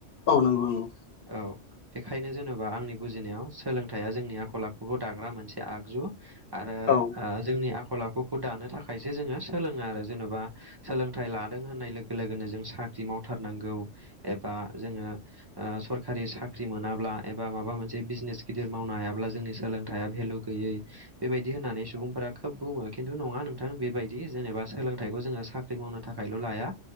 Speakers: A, on the left; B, on the right.
A: औ नंगौ‌ औ
B: औ बेखायनो जेनेबा आंनि बुजिनायाव सोलोंथाइया जोंनि आखल आखुखौ दाग्रा मोनसे आगजु आरो
A: औ
B: जोंनि आखल आखुखौ दानो थाखायसो जोङो सोलोङो आरो जेन'बा सोलोंथाइ लादों होननाय लोगो लोगोनो जों साख्रि मावथारनांगौ एबा जोङो सरखारि साख्रि मोनाब्ला एबा माबा मोनसे मोनसे बिजनेस गिदिर मावनो हायाब्ला जोंनि सोलोंथाइया भेलु गैयै बेबायदि होननानै सुबुंफोरा खोब बुङो खिन्थु नङा नोंथां बेबायदि जेनेबा सोलोंथाइखौ जोङो साखा साख्रि मावनो थाखायल' लाया